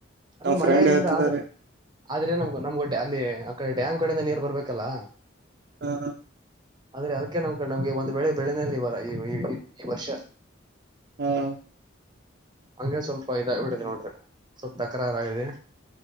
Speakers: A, on the right; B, on the right.
A: ಅಲ್ಲ
B: ನಮ್
A: ಮಳೆ
B: ಫ್ರೆಂಡ್
A: ಆಯ್
B: ಹೇಳ್ತಿದಾರ್ರಿ
A: ಬಿಟ್ಟ ಆದ್ರ ಆದ್ರೆ ನಮಗು ನಮ್ ಗಡ್ ಅಲ್ಲಿ ಆಡೆ ಡ್ಯಾಮ್ ಕಡೆಯಿಂದ ನೀರ್ ಬರ್ಬೇಕಲ್ಲ.
B: ಹಾ ಹಾ
A: ಆದ್ರೆ ಅದಕ್ಕೆ ನಮ್ ಕ ನಮ್ಗೆ ಒಂದ್ ಬೇಳೆ ಬೆಳೆನೆಯಲ್ಲಿ ಬರ ಈ ಈ ಈ ವರ್ಷ
B: ಹಾ
A: ಹಂಗ ಸ್ವಲ್ಪ ಇದ ಬಿಡಿದೆ ನೋಡ್ರಿ ಸ್ವಲ್ಪ ತಕರಾರಗಿದೆ.